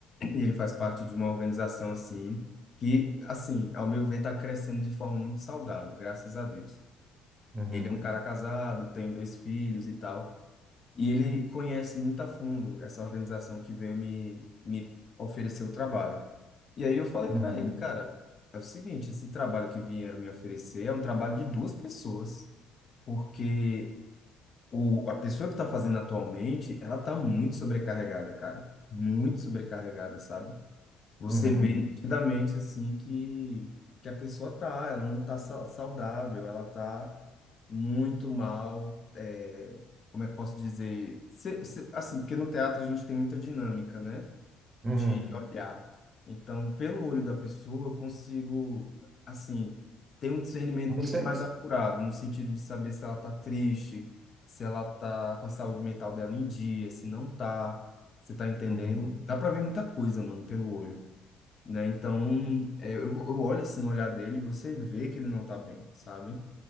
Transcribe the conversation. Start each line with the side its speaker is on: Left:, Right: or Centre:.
Left: E ele faz parte de uma organização assim, que, assim, ao meu ver, está crescendo de forma muito saudável, graças a Deus.
Right: uhum,
Left: Ele é um cara casado, tem dois filhos e tal, e ele conhece muito a fundo essa organização que veio me, me oferecer o trabalho. E aí eu falei
Right: uhum,
Left: para ele, cara, é o seguinte, esse trabalho que vieram me oferecer é um trabalho de duas pessoas, porque o, a pessoa que está fazendo atualmente, ela está muito sobrecarregada, cara, muito sobrecarregada, sabe? Você
Right: uhum,
Left: vê nitidamente assim que, que a pessoa tá, ela não tá sa- saudável, ela tá muito mal, é, como é que posso dizer? Se- se- assim, porque no teatro a gente tem muita dinâmica, né?
Right: uhum.
Left: De olhar. Então, pelo olho da pessoa, eu consigo, assim, ter um discernimento
Right: Você?
Left: muito mais apurado, no sentido de saber se ela tá triste, se ela tá com a saúde mental dela em dia, se não tá. Você tá entendendo?
Right: Uhum,
Left: Dá pra ver muita coisa, mano, pelo olho né? Então, é, eu, eu olho assim no olhar dele, você vê que ele não tá bem, sabe?